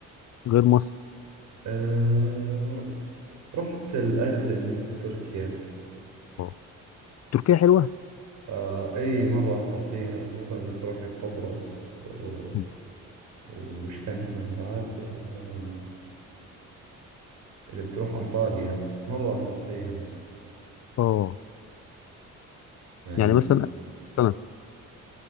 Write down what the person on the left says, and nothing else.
غير مصر
اه تركيا حلوه
مم.
اه
يعني مثلا السنه